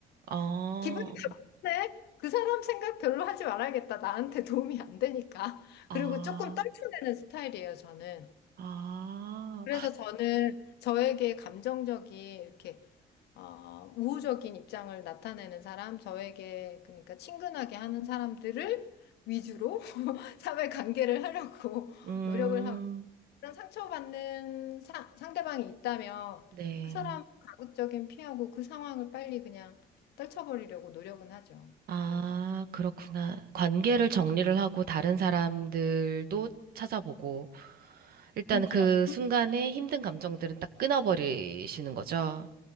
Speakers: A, on the right; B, on the left.
A: 아,
B: 기분이 나쁜데 그 사람 생각 별로 하지 말아야겠다. 나한테 도움이 안 되니까.
A: 아,
B: 그리고 조금 떨쳐내는 스타일이에요, 저는.
A: 아.
B: 그래서 저는 저에게 감정적인 이렇게 어, 우호적인 입장을 나타내는 사람, 저에게 그러니까 친근하게 하는 사람들을 위주로 <laughs> 사회 관계를 하려고
A: 음,
B: 노력을 하고 그런 상처받는 사, 상대방이 있다면
A: 네.
B: 그 사람 가급적인 피하고 그 상황을 빨리 그냥 떨쳐버리려고 노력은 하죠.
A: 아,
B: 예.
A: 그렇구나. 관계를 정리를 하고 다른 사람들도 찾아보고, 일단
B: 그렇죠.
A: 그
B: 그,
A: 순간에 힘든 감정들은 딱 끊어버리시는 거죠.